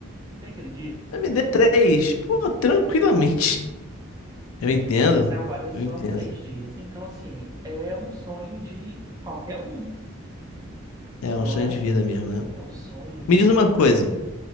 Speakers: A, on the right; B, on the left.
A: você acredita?
B: md três Pô, tranquilamente. Eu entendo.
A: E trabalha só
B: Eu entendo.
A: três dias. Então, assim, é um sonho de qualquer um,
B: É
A: não
B: um sonho
A: é?
B: de vida mesmo, né?
A: É um sonho.
B: Me diz
A: né?
B: uma coisa.